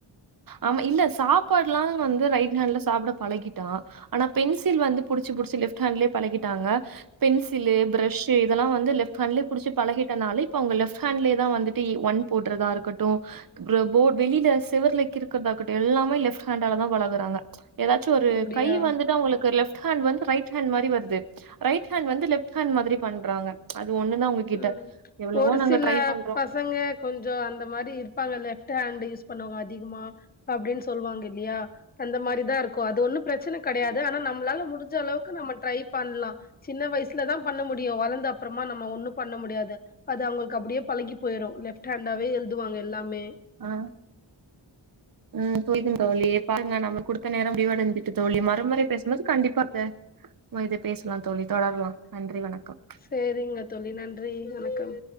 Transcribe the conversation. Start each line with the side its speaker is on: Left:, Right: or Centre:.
Right: ஆமா இல்ல சாப்பாட்லா வந்து ரைட் ஹேண்ட்ல சாப்ட பழகிட்டா ஆனா பென்சில் வந்து புடிச்சு புடிச்சு லெஃப்ட் ஹேண்ட்லயே பழகிட்டாங்க பென்சில்லு பிரஷ்ஷூ இதெல்லா வந்து லெஃப்ட் ஹேண்ட்லய புடிச்சி பழகிட்டனால இப்ப அவங்க லெஃப்ட் ஹேண்ட்லயே தா வந்து ட்டு ஒன் போட்றதா இருக்கட்டு அப்றோ போர்ட் வெளில செவருல கிறுக்கிறதா இருக்கட்டு எல்லாமே லெஃப்ட் ஹேண்டால தா பழகுறாங்க எதாச்சு ஒரு
Left: அப்டியா
Right: கை வந்துட்டு அவங்களுக்கு லெஃப் ட் ஹேண்ட் வந்து ரைட் ஹேண்ட் மாரி வருது ரைட் ஹேண்ட் வந்து லெஃப்ட் ஹேண்ட் மாதிரி பண்றாங்க அது ஒன்னு தா அவங் கிட்ட
Left: ம்
Right: எவ்ளவோ
Left: ஒரு
Right: நாங்க
Left: சில
Right: ட்ரை பண்றோ
Left: பசங்க கொஞ்சோ அந்த மாரி இருப்பாங்க லெஃப்ட் ஹேண்ட் யூஸ் பண்ணவங்க அதிகமா அப்டின் சொல்வாங்க இல்லையா அந்த மாரிதா இருக்கோ அது ஒண்ணு பிரச்சன கடயாது ஆனா நம்ளால முடிஞ்ச அளவுக்கு நம்ம ட்ரை பண்லா சின்ன வயசுலதா பண்ண முடியு வளந்த அப்புறமா நம்ம ஒண்ணு பண்ண முடியாது அது அவங்களுக்கு அப்டியே பழகி போய்ரோ லெஃப்ட் ஹேண்டாவே எழுதுவாங்க எல்லாமே
Right: ஆ ம் புரியதுங் தோழி பாருங்க நம்மக் குடுத்த நேரம் முடிவடஞ்சிட்டு தோழி மறுமுறை பேசும்போது கண்டிப்பா பே இனிதே பேசலா தோழி தொடர்லா நன்றி வணக்கம்
Left: சேரிங்க தோழி நன்றி வணக்கம்